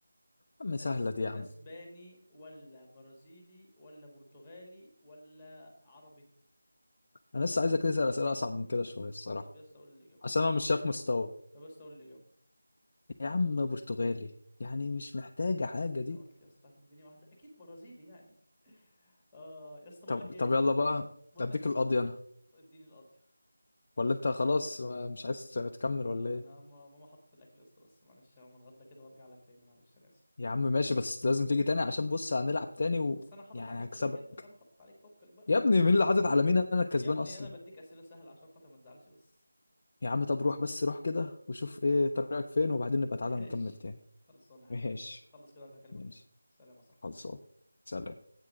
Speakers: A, on the left; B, in the centre.
A: يا عم
B: أس...
A: سهلة دي يا عم
B: اسباني ولا برازيلي ولا برتغالي ولا عربي؟
A: أنا لسه عايزك تسأل أسئلة أصعب من كده شوية الصراحة
B: طب يا اسطى قول الإجابة
A: عشان أنا مش شايف مستوى
B: طب يا اسطى قول الإجابة
A: يا عم برتغالي يعني مش محتاجة حاجة
B: انا
A: دي
B: قلت يا اسطى هتديني واحده اكيد برازيلي يعني اه يا اسطى بقول
A: طب
B: لك
A: طب
B: ايه
A: يلا بقى
B: بقول
A: اديك
B: لك ايه
A: القاضي انا
B: اديني القاضيه
A: ولا انت خلاص آه، مش عايز تكمل ولا
B: انا
A: ايه
B: ما- ماما حطت الاكل يا اسطى بس معلش هقوم اتغدى كده وارجع لك تاني معلش انا اسف
A: يا عم ماشي بس لازم تيجي تاني عشان بص هنلعب تاني ويعني
B: بس انا حاطط عليك
A: هكسبك
B: كده كده انا حاطط عليك فكك بقى
A: يا ابني مين اللي حاطط على مين انا الكسبان
B: يا ابني
A: اصلا
B: انا بديك اسئله سهله عشان خاطر ما تزعلش بس
A: يا عم طب روح بس روح كده وشوف ايه طريقك فين وبعدين
B: <laughs>
A: نبقى
B: ماشي
A: تعالى نكمل تاني
B: خلصانه يا
A: ماشي
B: حبيب قلبي خلص كده وارجع اكلمك
A: ماشي
B: تاني سلام يا صاحبي
A: خلصان سلام